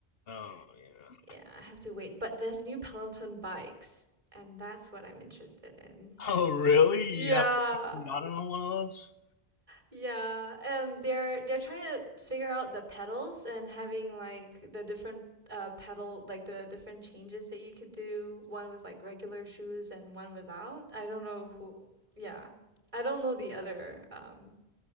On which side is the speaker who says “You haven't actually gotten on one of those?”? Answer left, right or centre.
Left